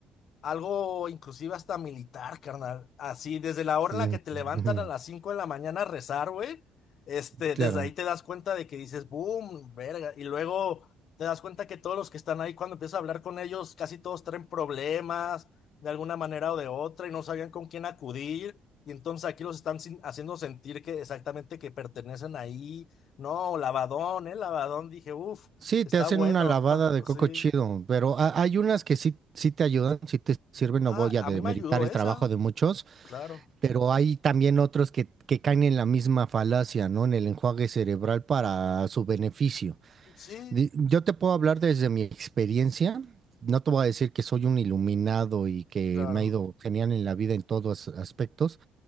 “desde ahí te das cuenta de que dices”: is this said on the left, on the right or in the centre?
Left